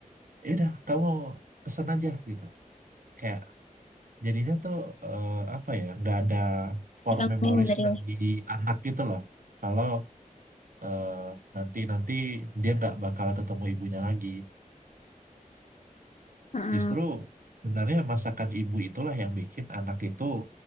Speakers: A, on the right (about 75°); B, on the left (about 55°).
A: Ya udah, kamu pesen aja gitu. Kayak jadinya tuh eh, apa ya, nggak ada core
B: Jadi kamu
A: memories
B: ini dari
A: bagi anak gitu loh. Kalau eh, nanti-nanti dia nggak bakal ketemu ibunya lagi.
B: Heeh,
A: Justru sebenarnya masakan ibu itulah yang bikin anak itu